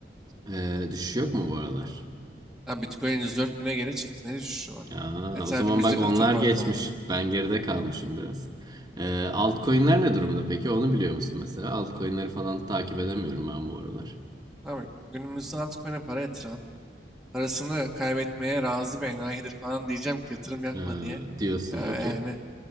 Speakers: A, on the right; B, in the centre.
A: E, düşüş yok mu bu aralar?
B: Ha, Bitcoin 104 bine geri çıktı. Ne düşüşü var?
A: Aa,
B: Ethereum
A: o zaman
B: %40
A: bak onlar
B: toparladı
A: geçmiş.
B: abi.
A: Ben geride kalmışım biraz. E, altcoin'ler ne durumda peki? Onu biliyor musun mesela? Altcoin'leri falan takip edemiyorum ben bu aralar.
B: Abi günümüzde altcoin'e para yatıran, parasını kaybetmeye razı bir enayidir falan diyeceğim ki yatırım yapma
A: E,
B: diye.
A: diyorsun,
B: Ee, yani
A: okey.